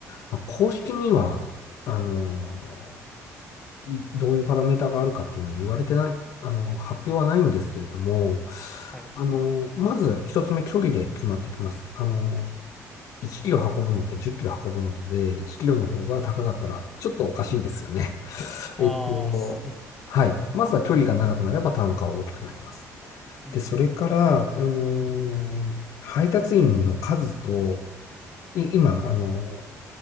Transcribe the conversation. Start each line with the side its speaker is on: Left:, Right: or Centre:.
Left: まあ、公式には、あの、どういうパラメーターがあるかっていうのは言われてない、あの、発表はないんですけれども、
Centre: はい。
Left: あの、まず一つ目、距離で決まってきます。あの、1キロ運ぶのと10キロ運ぶのとで、1キロの方が高かったら、ちょっとおかしいですよね。<laughs> えっと、
Centre: ああ、すうん。
Left: はい。まずは距離が長くなれば単価は大きくなります。
Centre: うん、
Left: で、
Centre: う
Left: それから、あのー配達員の数と、い今、あのー